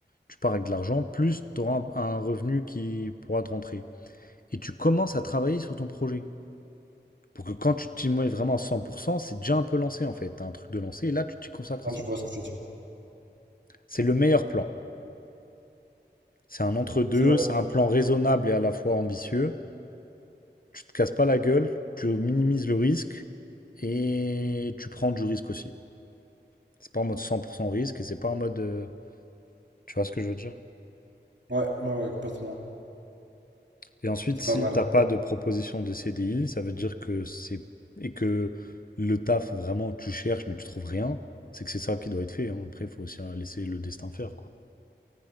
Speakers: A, on the left; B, on the right.
A: Tu pars avec de l'argent, plus tu auras un, un revenu qui pourra te rentrer. Et tu commences à travailler sur ton projet. Pour que quand tu t'y mets vraiment à 100%, c'est déjà un peu lancé en fait. T'as un truc de lancé et là, tu t'y consacres
B: Ouais,
A: à 100%.
B: je vois ce que tu veux dire.
A: C'est le meilleur plan. C'est un entre-deux,
B: C'est vrai.
A: c'est un plan raisonnable et à la fois ambitieux. Tu te casses pas la gueule, tu minimises le risque et tu prends du risque aussi. C'est pas en mode 100% risque et c'est pas en mode. euh, tu vois ce que je veux dire?
B: Ouais, ouais, ouais, complètement.
A: Et ensuite,
B: C'est
A: si
B: pas mal.
A: t'as pas de proposition de CDI, ça veut dire que c'est. Et que le taf vraiment tu cherches mais tu trouves rien, c'est que c'est ça qui doit être fait. hein. Après, il faut aussi euh, laisser le destin faire, quoi.